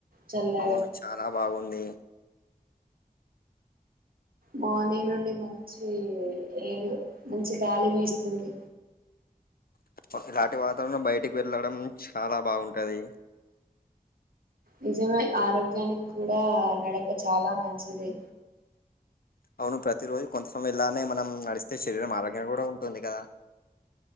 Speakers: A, on the right; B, on the left.
A: చల్లగా
B: అవును చాలా బాగున్ ది
A: మార్నింగ్ నుండి మంచీ ఎర్ మంచి గాలి వీస్తుంది
B: <unintelligible> ఇలాంటి వాతావరణం బయటికి వెళ్ళడం చాలా బాగుంటది
A: నిజమే ఆరోగ్యానికి కూడా నడక చాలా మంచిది
B: అవును ప్రతి రోజు కొంతసం ఇలానే మనం నడిస్తే శరీరం ఆరోగ్యం కూడా ఉంటుంది కదా